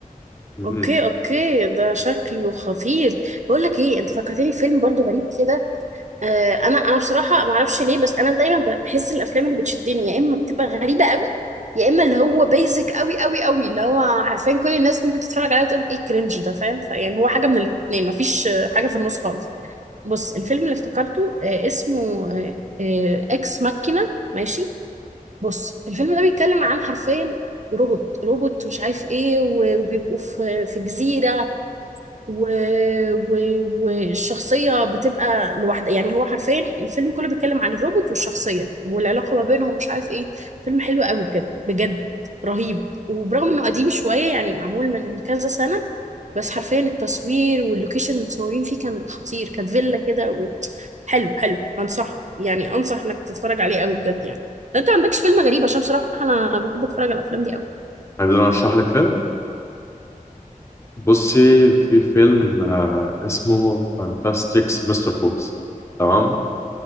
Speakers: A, on the left (about 20°); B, on the right (about 55°).
A: مم.
B: اوكي اوكي ده شكله خطير بقول لك ايه انت فكرتني في فيلم برضو غريب كده آه، انا انا بصراحه ما اعرفش ليه بس انا دايما ب- بحس الافلام اللي بتشدني يا اما بتبقى غريبه قوي يا اما اللي هو بيزك قوي قوي قوي اللي هو حرفيا كل الناس ممكن تتفرج عليه وتقول لك ايه الكرنج ده فاهم فيعني هو حاجه من الاثنين مفيش آه، حاجه في النص خالص بص الفيلم اللي افتكرته آه، اسمه آه، آه، اكس ماكينه ماشي بص الفيلم ده بيتكلم عن حرفيا روبوت روبوت مش عارف ايه و- وبيبقوا في في جزيره و... و... والشخصية بتبقى لوحدها يعني هو حرفيا الفيلم كله بيتكلم عن الروبوت والشخصية والعلاقة ما بينهم ومش عارف ايه فيلم حلو قوي بجد بجد رهيب وبرغم انه قديم شوية يعني معمول من كذا سنة بس حرفيا التصوير واللوكيشن اللي مصورين فيه كان خطير كانت فيلا كده و... حلو حلو انصح يعني انصح انك تتفرج عليه قوي بجد يعني لو انت ما عندكش فيلم غريب عشان بصراحة انا بحب اتفرج على الافلام دي قوي
A: عايز انا اشرح لك فيلم بصي في فيلم آه، اسمه فانتاستيكس مستر فوكس تمام